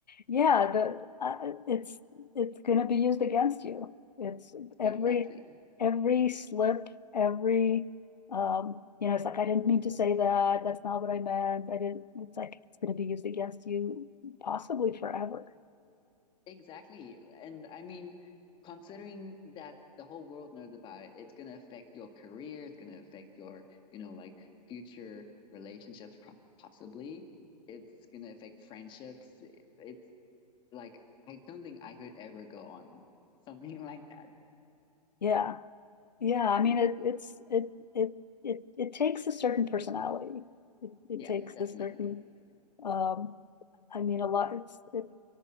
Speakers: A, on the left; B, on the left.
A: Yeah, the, uh, it's, it's gonna be used against you. It's every,
B: exactly
A: every slip, every, um, you know, it's like, I didn't mean to say that, that's not what I meant, I didn't, it's like, it's gonna be used against you possibly forever.
B: Exactly. And I mean, considering that the whole world knows about it, it's going to affect your career, it's going to affect your, you know, like future relationships, pro possibly. It's going to affect friendships. It- It's like, I don't think I could ever go on something <laughs> like that.
A: Yeah, yeah, I
B: Yeah.
A: mean, it, it's, it, it, it, it takes a certain personality. It, it
B: Yeah,
A: takes
B: definitely.
A: a certain, um, I mean, a lot, it's, it,